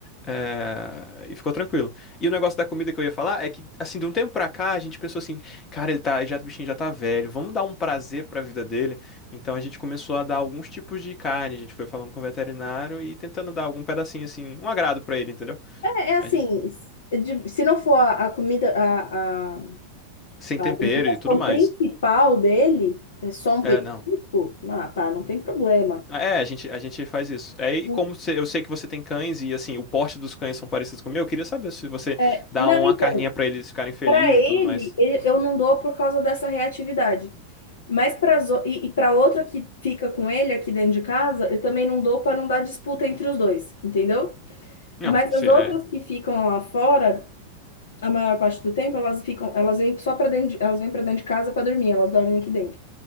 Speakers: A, on the left; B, on the left.
A: eh, e ficou tranquilo. E o negócio da comida que eu ia falar é que, assim, de um tempo pra cá, a gente pensou assim, cara, ele tá, já, o bichinho já tá velho, vamos dar um prazer pra vida dele. Então a gente começou a dar alguns tipos de carne, a gente foi falando com o veterinário e tentando dar algum pedacinho, assim, um agrado pra ele, entendeu?
B: É, é assim,
A: A gente,
B: de- se não for a, a comida, a, a, a
A: sem tempero
B: alimentação
A: e tudo mais.
B: principal dele, é só um
A: É,
B: petisco,
A: não.
B: ah, pá, não tem problema.
A: Ah, É, a gente, a gente faz isso. Aí,
B: Não,
A: como você- eu sei que você tem cães e assim, o porte dos cães são parecidos com o meu, eu queria saber se você
B: é,
A: dá
B: não,
A: uma
B: então,
A: carninha pra eles ficarem felizes
B: para ele,
A: e tudo mais.
B: ele- eu não dou por causa dessa reatividade. Mas para e, e para outra que fica com ele aqui dentro de casa, eu também não dou para não dar disputa entre os dois, entendeu?
A: Não,
B: Mas
A: se
B: as outras
A: é.
B: que ficam lá fora, a maior parte do tempo, elas ficam, elas vêm só para dentro, de, elas vêm para dentro de casa para dormir, elas dormem aqui dentro.